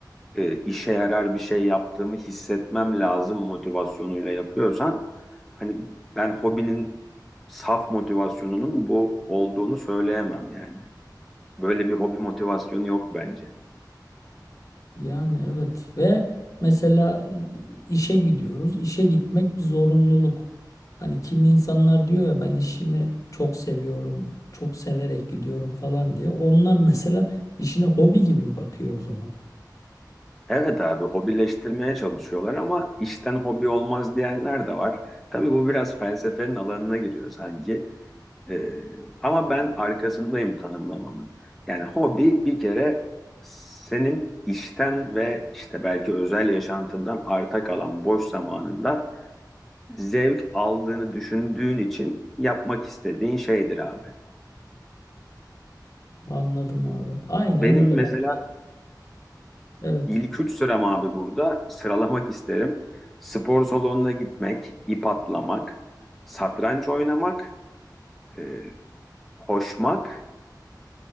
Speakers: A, in the centre; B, on the left (about 45°).
A: e, işe yarar bir şey yaptığımı hissetmem lazım motivasyonuyla yapıyorsan hani ben hobinin saf motivasyonunun bu olduğunu söyleyemem yani. Böyle bir hobi motivasyonu yok bence.
B: Yani evet ve mesela işe gidiyoruz. İşe gitmek bir zorunluluk. Hani kimi insanlar diyor ya ben işimi çok seviyorum, çok severek gidiyorum falan diye. Onlar <laughs> mesela işine hobi gibi bakıyor o zaman.
A: Evet abi hobileştirmeye çalışıyorlar ama işten hobi olmaz diyenler de var. Tabii bu biraz felsefenin alanına giriyor sanki. Ee, ama ben arkasındayım tanımlamamın. Yani hobi bir kere senin işten ve işte belki özel yaşantından arta kalan boş zamanında zevk aldığını düşündüğün için yapmak istediğin şeydir abi.
B: Anladım abi. Aynen
A: Benim
B: öyle
A: mesela
B: ben. Evet.
A: ilk üç sıram abi burada sıralamak isterim. Spor salonuna gitmek, ip atlamak, satranç oynamak, e, koşmak